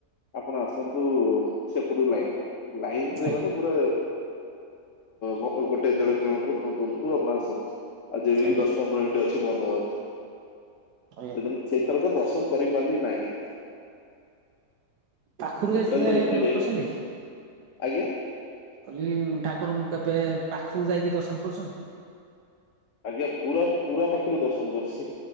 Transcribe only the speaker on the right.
ଆଜ୍ଞା।
ଆଜ୍ଞା
ଆଜ୍ଞା
ପାଖରୁ
ଯାଇଚନ୍ତି
ଆଜ୍ଞା
କେବେ
କରିଚନ୍ତି?
କଲି ଠାକୁରଙ୍କୁ କେବେ ପାଖରୁ ଯାଇକି ଦର୍ଶନ କରଚନ୍ତି?